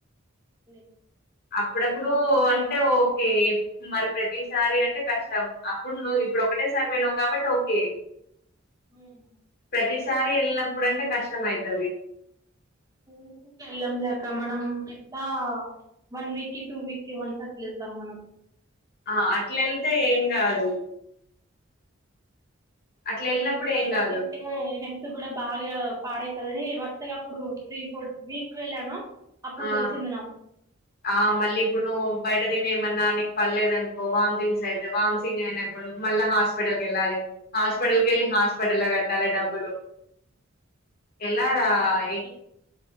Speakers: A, on the right; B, on the left.
A: లే.
B: అప్పుడప్పుడు అంటే ఓకే మరి ప్రతిసారి అంటే కష్టం అప్పుడు నువ్వు. ఇప్పుడు ఒకటే సారిపోయినవు కాబట్టి ఓకే.
A: ఉమ్.
B: ప్రతిసారి వెళ్ళినప్పుడు అంటే కష్టం అయితది.
A: ఉకుకే వెళ్ళంలేక్క మనం ఎట్లా. వన్ వీక్ కి టూ వీక్కి వన్సాట్లా వెళ్తామ్ మనం.
B: ఆహ్ అట్లా వెళ్తే ఏం కాదు. అట్లా వెళ్ళినప్పుడు
A: ఏమన్నాక బయట
B: ఏం కాదు
A: తింటే హెల్త్ కూడా. బాగా పాడయితదని వరుసగా అప్పుడు త్రీ ఫోర్ వీక్స్ వెళ్ళాను. అప్పుడు
B: ఆహ్
A: తెలిసింది నాకు
B: ఆహ్ మళ్ళీ ఇప్పుడు నువ్వు బయట తిని ఏమన్. న్న నీకు పల్లేదనుకో వాంథింగ్స్ అయితయి వాంతిగ్స్ అయినాయినుకో మళ్ళ హాస్పిటల్కి వెళ్ళాలి హాస్పిటల్. టుకెళ్ళి హాస్పిటల్ల కట్టాలి డబ్బులు. ఎలారా
A: చికాకు అసలు
B: ఇక్